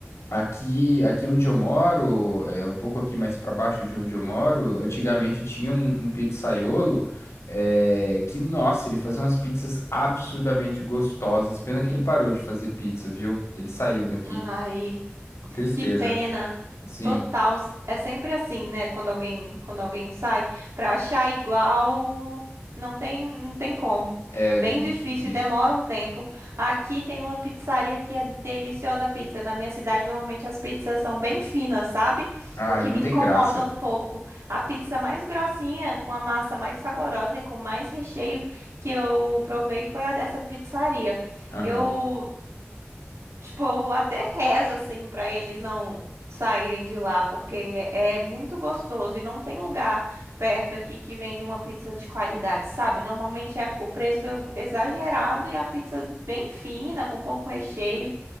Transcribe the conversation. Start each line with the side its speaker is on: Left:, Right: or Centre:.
Left: Aqui, aqui onde eu moro, é um pouco aqui mais para baixo de onde eu moro, antigamente tinha um, um pizzaiolo é, que, nossa, ele fazia umas pizzas absurdamente gostosas. Pena que ele parou de fazer pizza, viu? Ele saiu daqui.
Right: Ai.
Left: Tristeza.
Right: Que pena.
Left: Sim,
Right: Total. É sempre assim, né? Quando alguém, quando alguém sai, para achar igual, não tem, não tem como.
Left: é
Right: Bem
Left: muito
Right: difícil,
Left: difícil.
Right: demora um tempo. Aqui tem uma pizzaria que é deliciosa a pizza. Na minha cidade, normalmente as pizzas são bem finas, sabe?
Left: Ah,
Right: O que
Left: e não
Right: me incomoda
Left: tem graça.
Right: um pouco. A pizza mais grossinha, com a massa mais saborosa e com mais recheio que eu provei foi a dessa pizzaria.
Left: Aham.
Right: Eu Tipo, eu até rezo assim pra eles não saírem de lá, porque é muito gostoso e não tem lugar perto aqui que vende uma pizza de qualidade, sabe? Normalmente é o preço é exagerado e a pizza bem fina, com pouco recheio.